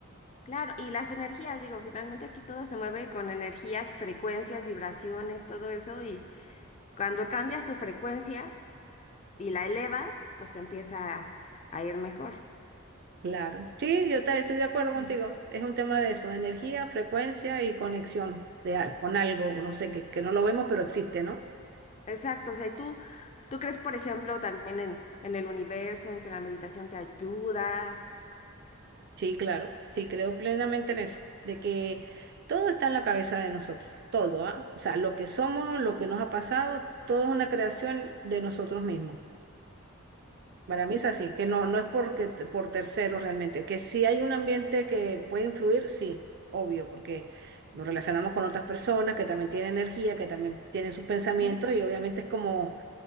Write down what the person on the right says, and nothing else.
Claro. Sí, yo ta- estoy de acuerdo Mm. contigo. Es un tema de eso, energía, frecuencia y conexión
de, al- con algo, no sé, que, que no lo vemos, pero existe, ¿no?
Sí, claro. Sí, creo plenamente en eso, de que todo está en la cabeza de nosotros, todo, ¿ah? O sea, lo que somos, lo que nos ha pasado, todo es una creación de nosotros mismos. Para mí
es así, que no, no es porque te- por terceros realmente, que si hay un ambiente que puede influir, sí, obvio, porque nos relacionamos con otras personas que también tienen energía, que también tienen sus pensamientos
y obviamente es como,